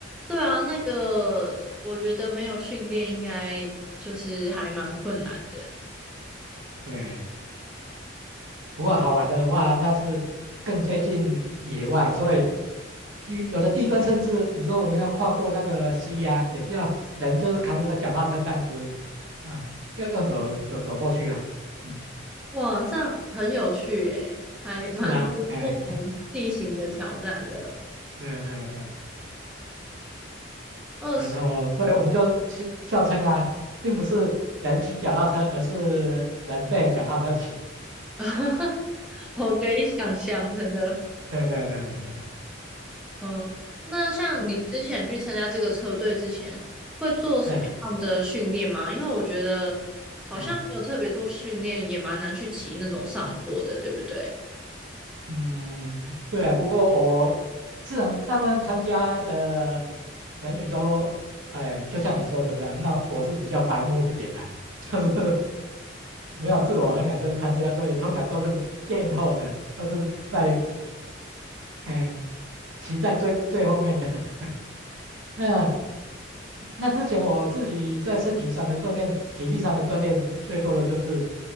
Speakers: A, in the centre; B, on the right (about 70°).
A: 对啊，那个我觉得没有训练应该就是还蛮困难的。
B: 对。不过好玩的话，那是更接近野外，所以有有的地段甚至，比如说我们要跨过那个溪呀、也是要人就是扛着脚踏车这样子，啊、要用走了走走过去啊，嗯，
A: 哇，这样很有趣诶，还蛮多不同地形的挑战的。
B: 是啊，哎，对对对。
A: 二十，
B: 然后，所以我们就戏笑称啊，并不是人骑脚踏车，而是人被脚踏车骑。
A: <laughs> 我可以想象，真的。
B: <laughs> 对对对对对，
A: 嗯，那像你之前去参加这个车队之前，
B: 嗯，
A: 会做什么样的训练吗？
B: 对，
A: 因为我觉得好像没有特别做训练，
B: 嗯
A: 也蛮难去骑那种上坡的，对不对？
B: 嗯，对。不过我自然大部分参加的人员都，哎，就像你说的这样，那我是比较白目一点啦、<laughs> 就是没有自我衡量，就是参加，所以通常都是垫后的，都是在，哎，骑在最最后面的。<laughs> 那那之前我自己在身体上的锻炼、体力上的锻炼，最多的就是